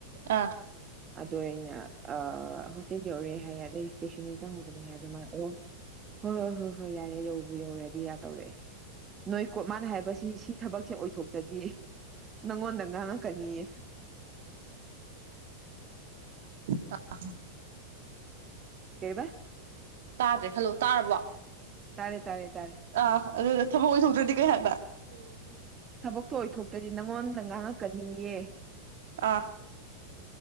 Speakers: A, on the right (about 55°); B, on the right (about 25°).
A: ꯑꯥ
B: <unintelligible> ꯑꯗꯣ ꯑꯩꯅ ꯍꯣꯁꯇꯦꯜ ꯌꯧꯔꯦ ꯍꯥꯏꯌꯦ ꯑꯗꯩ ꯏꯁꯇꯦꯁꯟꯗ ꯆꯪꯉꯨꯕꯅꯦ ꯍꯥꯏ ꯑꯗꯨꯃꯥꯏ ꯂꯥꯛꯑꯣ ꯍꯣꯏ ꯍꯣꯏ ꯍꯣꯏ ꯍꯣꯏ ꯌꯥꯏꯔꯦ ꯌꯧꯕ ꯌꯧꯔꯗꯤꯒ ꯇꯧꯔꯛꯑꯦ ꯅꯣꯏ ꯀꯣ ꯃꯥꯅ ꯍꯥꯏꯕꯁꯤ ꯁꯤ ꯊꯕꯛꯁꯦ ꯑꯣꯏꯊꯣꯛꯇꯗꯤ ꯅꯪꯉꯣꯟꯗ ꯉꯥꯡꯉꯛꯀꯅꯤꯌꯦ
A: ꯑ
B: ꯀꯩꯕꯥ
A: ꯇꯥꯗ꯭ꯔꯦ ꯈꯜꯂꯣ ꯇꯥꯔꯕꯣ
B: ꯇꯥꯔꯦ ꯇꯥꯔꯦ ꯇꯥꯔꯦ
A: ꯑꯥ ꯑꯗꯨꯗ ꯊꯕꯛ ꯑꯣꯏꯅꯊꯣꯛꯇ꯭ꯔꯗꯤ ꯀꯩ ꯍꯥꯏꯕ ꯎꯝ ꯎꯝ
B: ꯊꯕꯛꯇꯣ ꯑꯣꯏꯊꯣꯛꯇ꯭ꯔꯗꯤ ꯅꯪꯉꯣꯟꯗ ꯉꯥꯡꯉꯛꯀꯅꯤꯌꯦ
A: ꯑ